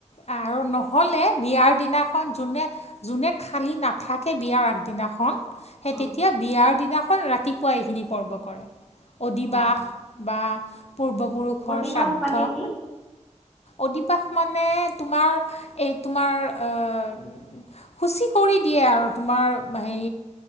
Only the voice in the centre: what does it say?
অ',
অ',
অ',
অধিবাস
মানে কি?